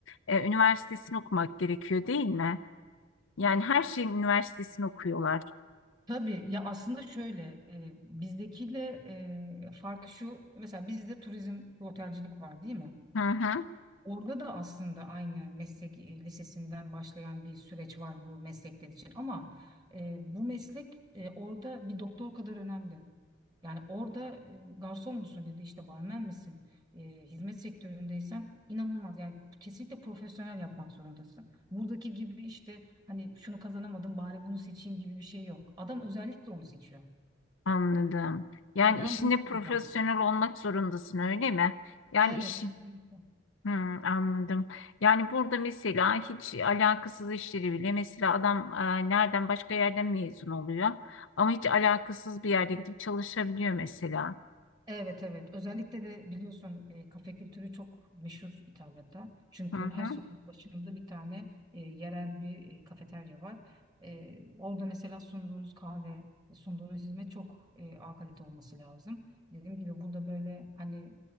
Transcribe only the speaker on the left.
e, üniversitesini okumak gerekiyor değil mi? Yani her şeyin üniversitesini okuyorlar.
Hı hı.
Anladım. Yani
işinde
profesyonel
olmak zorundasın öyle mi? Yani
iş
Hmm, anladım. Yani burada mesela hiç alakasız işleri bile mesela adam e, nereden başka yerden mezun oluyor ama hiç alakasız bir yerde gidip çalışabiliyor mesela.
Hı hı,